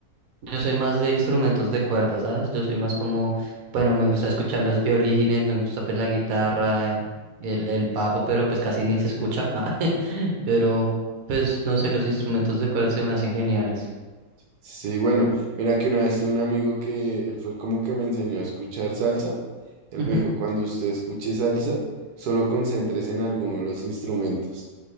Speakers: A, on the right; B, on the right.
A: Yo soy más de instrumentos de cuerda, ¿sabes? Yo soy más como, bueno, me gusta escuchar los violines, me gusta pues la guitarra, el, el bajo, pero pues casi ni se escucha. <laughs> Ah, <laughs> Pero pues no sé, los instrumentos de cuerda se me hacen geniales.
B: Sí, bueno, mira que una vez tuve un amigo que él fue como que me enseñó a escuchar salsa. Él
A: Ujú,
B: me dijo, cuando usted escuche salsa, solo concéntrese en alguno de los instrumentos